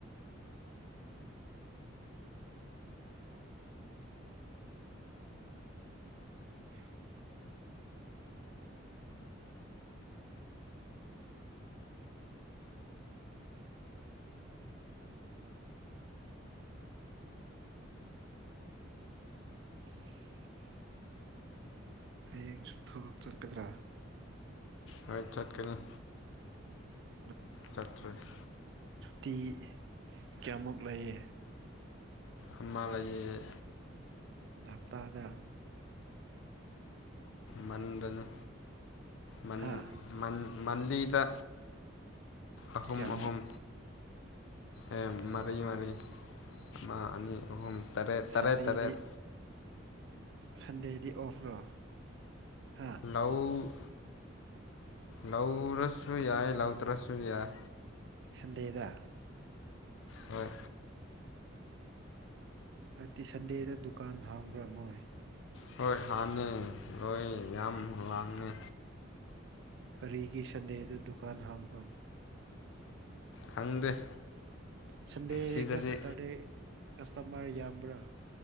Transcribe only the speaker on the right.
<unintelligible> <unintelligible> ꯍꯌꯦꯡꯁꯨ ꯊꯕꯛ ꯆꯠꯀꯗ꯭ꯔꯥ
ꯎ
ꯇꯤ ꯀꯌꯥꯃꯨ ꯂꯩꯌꯦ
ꯍꯞꯇꯥꯗ
ꯍꯥ
ꯀꯌꯥꯃꯨꯛ
ꯑꯣ
ꯁꯟꯗꯦꯗꯤ
ꯁꯟꯗꯦꯗꯤ ꯑꯣꯐꯔꯣ ꯍꯥ
ꯁꯟꯗꯦꯗ
ꯍꯥꯏꯕꯗꯤ ꯁꯟꯗꯦꯗ ꯗꯨꯀꯥꯟ ꯍꯥꯡꯕ꯭ꯔꯥꯃꯣꯏ
ꯀꯔꯤꯒꯤ ꯁꯟꯗꯦꯗ ꯗꯨꯀꯥꯟ ꯍꯥꯡꯕ꯭ꯔꯣ
ꯁꯟꯗꯦꯒ
ꯁꯇꯔꯗꯦ ꯀꯁꯇꯃꯔ ꯌꯥꯝꯕ꯭ꯔꯥ